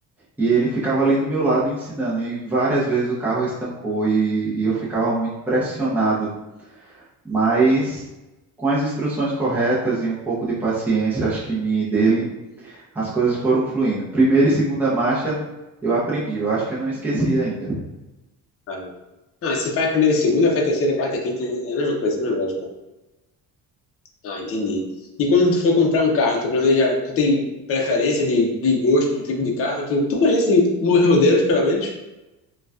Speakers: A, in the centre; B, on the left.
A: e ele ficava ali do meu lado ensinando. E várias vezes o carro estancou e, e eu ficava muito pressionado, mas com as instruções corretas e um pouco de paciência, acho que minha e dele, as coisas foram fluindo. Primeira e segunda marcha eu aprendi, eu acho que eu não esqueci ainda.
B: Ah. Não, se faz primeira e segunda, faz terceira, quarta, quinta, é a mesma coisa, é a mesma lógica. Ah, entendi. E quando tu for comprar um carro, tu planeja, tu tem preferência de, de gosto, de tipo de carro? Tu, tu conhece os modelos, pelo menos?